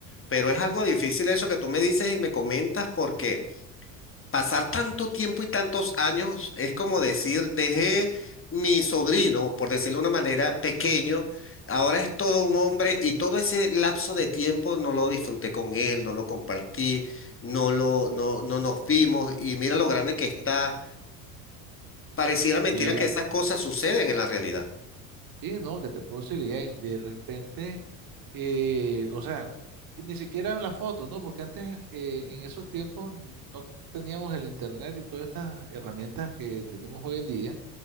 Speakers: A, on the left; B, on the right.
A: Pero es algo difícil eso que tú me dices y me comentas porque pasar tanto tiempo y tantos años es como decir, dejé mi sobrino, por decirlo de una manera, pequeño, ahora es todo un hombre y todo ese lapso de tiempo no lo disfruté con él, no lo compartí, no lo, no, no nos vimos y mira lo grande que está. Pareciera mentira
B: Sí,
A: que
B: eh,
A: esas cosas suceden en la realidad.
B: Y no, que te puedo decir, y ahí de repente, eh, o sea, ni siquiera en la foto, ¿no? Porque antes, eh, en esos tiempos, no teníamos el internet y todas estas herramientas que tenemos hoy en día.